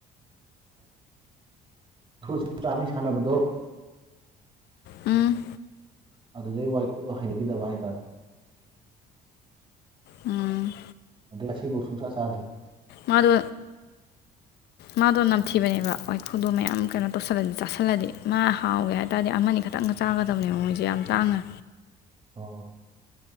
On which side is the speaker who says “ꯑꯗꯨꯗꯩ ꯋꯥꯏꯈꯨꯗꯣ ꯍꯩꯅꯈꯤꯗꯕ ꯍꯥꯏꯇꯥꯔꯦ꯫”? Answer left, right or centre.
Right